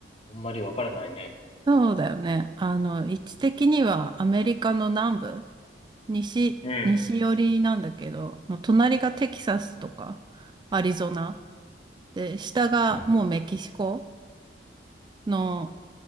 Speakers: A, on the left; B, on the right.
A: あんまりわからないね。
B: そうだよね。あの、位置的にはアメリカの南部、西、
A: うん。
B: 西寄りなんだけど、の隣がテキサスとか、アリゾナ。で、下がもうメキシコ
A: うん、
B: の、